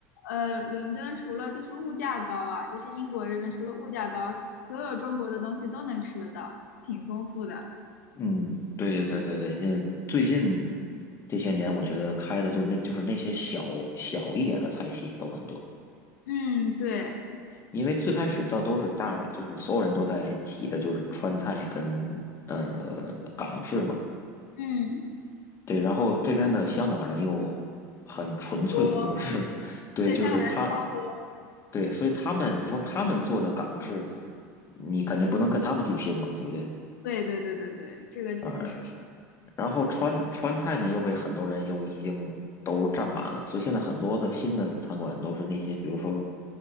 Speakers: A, on the left (about 80°); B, on the left (about 35°).
A: 呃，伦敦除了就是物价高啊，就是英国这边除了物价高，所有中国的东西都能吃得到，挺丰富的。
B: 嗯对对对对对，嗯，最近这些年我觉得开的就是那就是那些小小一点的菜系都很多，
A: 嗯，对，
B: 因为最开始倒都是大，就是所有人都在挤的就是川菜跟呃港式嘛，
A: 嗯，
B: 对，然后这边的香港人又很纯粹，
A: 多，
B: 就是 <laughs> 对，
A: 对，
B: 就是他。
A: 香港人超多。
B: 对，所以他们，你说他们做的港式，你肯定不能跟他们去拼嘛，对不对？
A: 对对对对对，这个确实是。
B: 啊，然后川川菜呢，又被很多人又已经都占满了，所以现在很多的新的餐馆都是那些，比如说